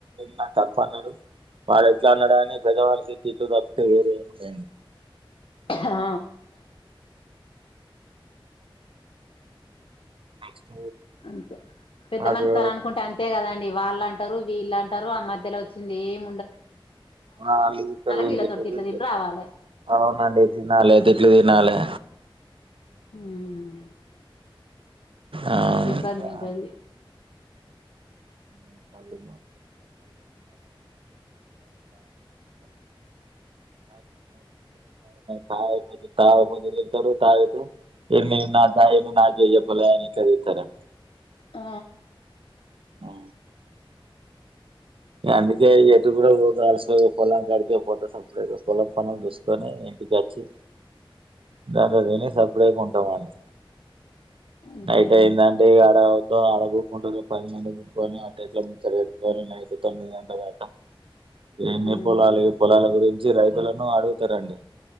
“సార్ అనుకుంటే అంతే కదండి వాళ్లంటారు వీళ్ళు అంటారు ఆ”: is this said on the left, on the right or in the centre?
Left